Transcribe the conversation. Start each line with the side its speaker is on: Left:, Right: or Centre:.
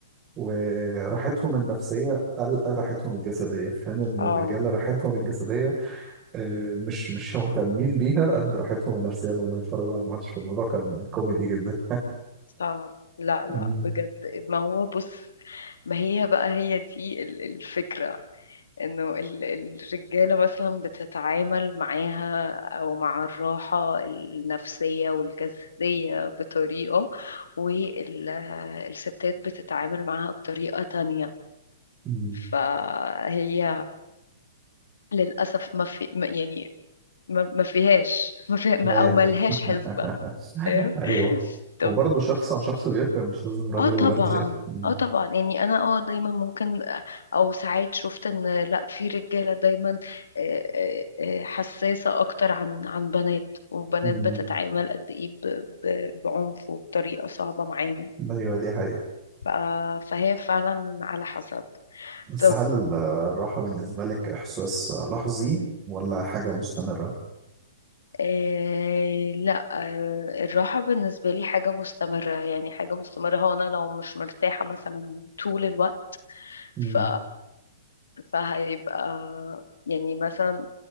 Right: وراحتهم النفسيه قلقه راحتهم الجسديه في حين ان
Left: اه
Right: الرجاله راحتهم الجسديه آه، مش مش مهتمين بيها قد راحتهم النفسية انهم يتفرجوا على ماتش في الموضوع كان كوميدي جدا
Left: صعب لا لا
Right: مم.
Left: بجد ما هو بص ما هي بقى هي دي ال- الفكرة انه ال- الرجالة مثلا بتتعامل معاها او مع الراحة النفسية والجسدية بطريقة والستات بتتعامل معاها بطريقة تانية
Right: مم.
Left: فهي للأسف ما في ما- يعني ما ما فيهاش ما فيها ما
Right: ايوه
Left: او ملهاش حسبة
Right: <laughs>
Left: فاهم
Right: ايوه
Left: <laughs> طب
Right: وبرضه شخص عن شخص بيفرق مش لازم راجل
Left: اه طبعا
Right: وبنت يعني مم.
Left: اه طبعا يعني انا اه دايما ممكن او ساعات شفت ان لا في رجالة دايما آه، آه، آه، حساسة اكتر عن عن بنات والبنات
Right: مم.
Left: بتتعامل قد ايه ب- ب- بعنف وبطريقة صعبة معاهم
Right: ايوه دي حقيقة
Left: ف- فهي فعلا على حسب
Right: بس
Left: طب
Right: هل ال- الراحة بالنسبة لك احساس لحظي ولا حاجة مستمرة؟
Left: آه لا آه الراحة بالنسبة لي حاجة مستمرة يعني حاجة مستمرة هو أنا لو مش مرتاحة مثلا طول الوقت
Right: مم.
Left: ف فهيبقى يعني مثلا